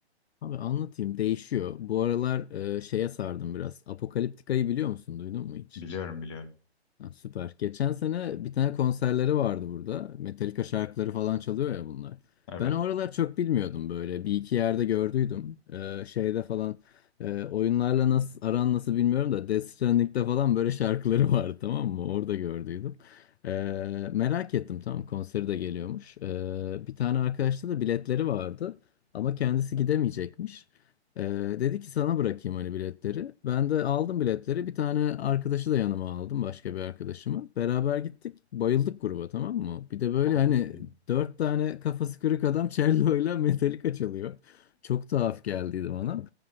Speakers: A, on the left; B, on the left.
A: Abi anlatayım. Değişiyor. Bu aralar e, şeye sardım biraz. Apokaliptika'yı biliyor musun? Duydun mu hiç?
B: Biliyorum biliyorum.
A: Ha, süper. Geçen sene bir tane konserleri vardı burada. Metallica şarkıları falan çalıyor ya bunlar.
B: Evet.
A: Ben o aralar çok bilmiyordum böyle. Bir iki yerde gördüydüm. E, şeyde falan e, oyunlarla nasıl aran nasıl bilmiyorum da Death Stranding'de falan böyle şarkıları vardı tamam mı? Orada gördüydüm. E, merak ettim tamam konseri de geliyormuş. E, bir tane arkadaşta da biletleri vardı. Ama kendisi gidemeyecekmiş. Ee, dedi ki sana bırakayım hani biletleri. Ben de aldım biletleri. Bir tane arkadaşı da yanıma aldım. Başka bir arkadaşımı. Beraber gittik. Bayıldık gruba tamam mı? Bir de böyle hani
B: Çok iyi.
A: dört tane kafası kırık adam cello'yla <laughs> Metallica çalıyor. Çok tuhaf geldiydi bana.